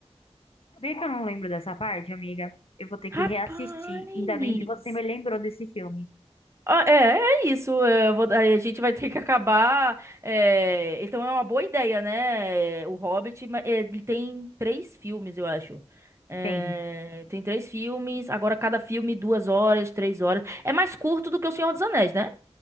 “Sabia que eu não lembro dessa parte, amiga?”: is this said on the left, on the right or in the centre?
Left